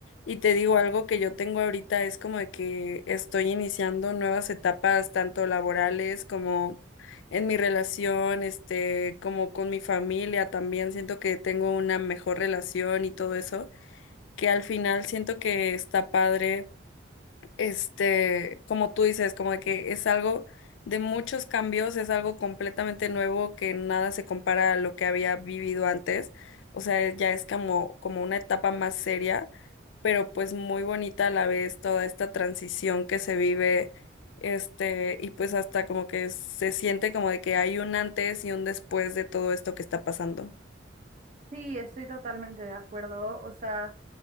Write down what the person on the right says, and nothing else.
Sí, estoy totalmente de acuerdo. O sea...